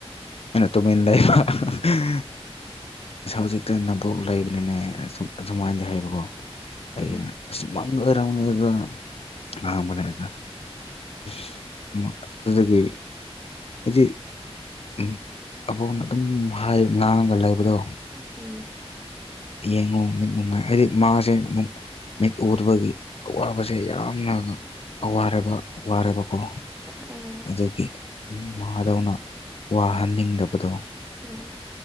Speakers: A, on the left; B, in the centre.
A: ꯑꯩꯅ ꯇꯨꯃꯤꯟ ꯂꯩꯏꯕ ꯍꯤꯍꯤꯍꯤ ꯏꯁ ꯍꯧꯖꯤꯛꯇ ꯅꯕꯣꯛ ꯂꯩꯕꯅꯤꯅꯦ ꯑꯗꯨꯃꯥꯏꯅꯗꯤ ꯍꯥꯏꯕꯀꯣ ꯑꯩꯅ
B: ꯎꯝ ꯎꯝ ꯎꯝ
A: ꯑꯁ ꯃꯡ ꯑꯣꯏꯔꯝꯅꯦꯗ ꯉꯥꯡꯕꯅꯦꯗ ꯏꯁ ꯑꯗꯨꯗꯒꯤ ꯍꯥꯏꯗꯤ ꯎꯝ ꯑꯕꯣꯛꯅ ꯑꯗꯨꯝ ꯍꯥꯏ ꯉꯥꯡꯉꯒ ꯂꯩꯕ ꯕꯗꯣ
B: ꯎꯝ ꯎꯝ
A: ꯌꯦꯡꯉꯨ ꯃꯤꯠ ꯅꯨꯡꯉꯥꯏ ꯍꯥꯏꯗꯤ ꯃꯥꯁꯦ ꯑꯗꯨꯝ ꯃꯤꯠ ꯎꯗꯕꯒꯤ ꯑꯋꯥꯕꯁꯦ ꯌꯥꯝꯅ ꯑꯋꯥꯔꯕ ꯋꯥꯔꯕꯀꯣ
B: ꯎꯝ
A: ꯑꯗꯨꯒꯤ ꯎꯝ ꯃꯍꯥꯗꯧꯅ ꯋꯥꯍꯟꯅꯤꯡꯗꯕꯗꯣ
B: ꯎꯝ